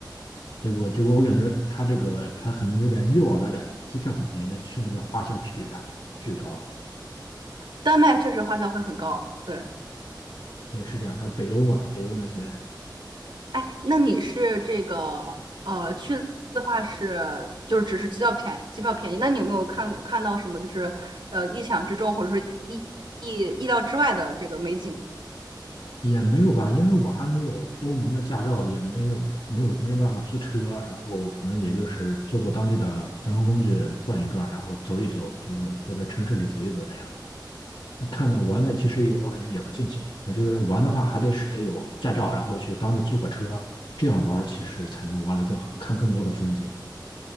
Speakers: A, on the left; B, on the right.
A: 结果结果我感觉他这个他可能有点诱饵的感觉，机票很便宜，但是去那边花销巨大巨高。
B: 丹麦确实花销会很高。对，
A: 对，是这样。他北欧嘛，北欧那些
B: 哎，那你是这个呃去的话是就是只是机票便宜，机票便宜。那你有没有看看到什么就是呃意想之中或者说意意意料之外的这个美景呢？
A: 也没有吧，因为我还没有欧盟的驾照，也没有没有没办法租车，然后可能也就是坐坐当地的交通工具转一转，然后走一走，就是在在城市里走一走这样。那看的玩的其实也我感觉也不尽兴。我觉得玩的话还得是得有驾照，然后去当地租个车，这样玩儿其实才能玩得更好，看更多的风景。